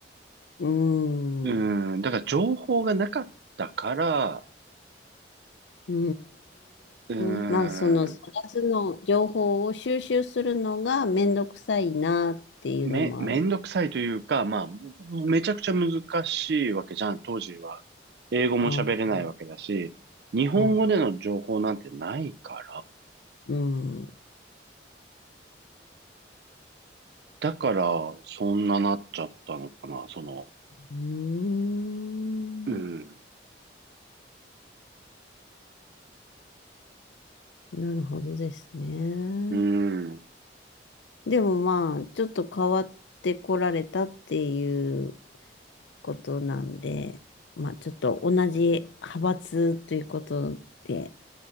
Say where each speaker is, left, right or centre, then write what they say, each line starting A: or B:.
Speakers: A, on the left; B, on the right.
A: うーん。
B: うーん、
A: う
B: だから情報がなかったから、
A: ー
B: うー
A: ん。まあ、その探すの、
B: ん、
A: 情報を収集するのがめんどくさいなっていうのもある。
B: め、めんどくさいというか、まあ、めちゃくちゃ難しいわけじゃん、当時は。英語も喋れないわけだし、
A: あ
B: 日本語での情報なんてないから、
A: あ、うん。う
B: だから、そんななっちゃったのかな、その、
A: ーん。
B: うん、
A: なるほどですね。
B: うん。
A: でもまあ、ちょっと変わってこられたっていうことなんで、まあちょっと同じ派閥ということで。